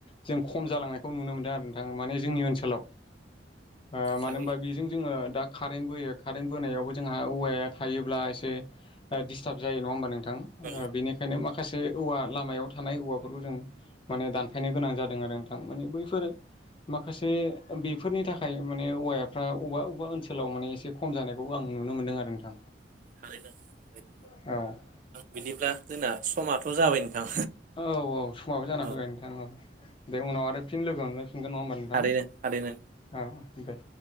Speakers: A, on the left; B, on the right.
A: जों खम जालांनायखौ नुनो मोनदों आरो नोंथां माने जोंनि ओनसोलाव। ओ मानो
B: थारैनो
A: होनबा बेजों जोङो दा कारेन्ट बोयो कारेन्ट बोनायावबो जोंहा औवाया थायोब्ला एसे डिस्टाब जायो नङा होनबा नोंथां। नोंथां
B: औ
A: बेनिखायनो माखासे औवा लामायाव थानाय औवाफोरखौ जों माने दानफायनो गोनां जादों आरो नोंथां माने बैफोरो माखासे बेफोरनि थाखाय माने औवायाफ्रा अबेबा अबेबा ओनसोलाव माने एसे खम जानायखौ आं नुनो मोनदों आरो नोंथां।
B: <unintelligible>
A: औ।
B: बिदिब्ला जोंना समाथ' जाबाय। नोंथां
A: औ औ समाबो जाना
B: औ
A: फैबाय नोंथां औ दे उनाव आरो फिन लोगो मोनलायफि थांगोन नङा होमबा नोंथां
B: थारैनो थारैनो
A: आ दे।